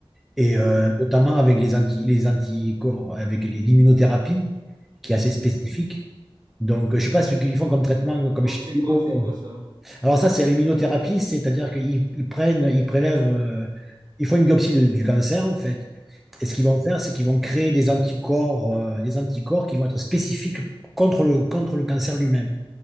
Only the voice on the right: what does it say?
ouais.
Mhm.
Non,
c'est quoi, c'est quoi ça?
Oui,